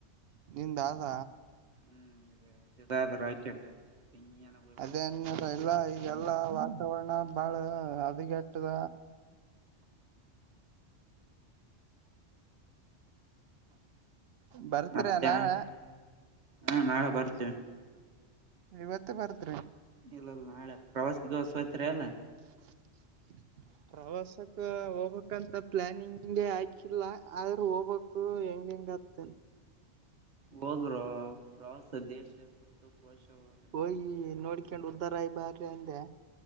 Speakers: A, on the right (about 60°); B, on the right (about 40°).
A: ನಿಂದಾ ಅದ.
B: ಹ್ಮ್ ಆದ ರಾಕೆಟ್. ಪಿಂಗಿಯನ ಹೋಗ್ಬಿಡುತ್ತೆ
A: ಅದೇನ್ಯಾರ ಎಲ್ಲಾ ಈಗೆಲ್ಲಾ ವಾತಾವರಣ ಬಾಳ ಹದಗೆಟ್ಟದ. ಬರ್ತೀರಾ
B: ಮತ್ತೆ
A: ನಾಳೆ.
B: ಹಾ ನಾಳೆ ಬರ್ತೇವೆ.
A: ಇವತ್ತೇ ಬರ್ತ್ರಿ.
B: ಇಲ್ಲಲ್ಲ ನಾಳೆ ಪ್ರವಾಸಿಗಿವಸವತ್ರಿ ಅಲ್ಲ.
A: <unintelligible> ಪ್ರವಾಸಕ್ ಹೋಗಕ್ಕ್ ಅಂತ ಪ್ಲಾನಿಂಗೆ ಹಾಕಿಲ್ಲ ಆದ್ರ ಹೋಬಕ್ಕು ಹೆಂಗ್ ಹೆಂಗ್ ಗೋತ್ತೇನ್
B: ಹೋಗ್ರೊ ಪ್ರವಾಸ ದೇಶ ಸುತ್ತು ಕೋಶ ಹೋದ
A: ಹೋಗಿ ನೋಡ್ಕೊಂಡ್ ಉದ್ದಾರಯ ಅಗ ಬಾರ ಅಂದೆ.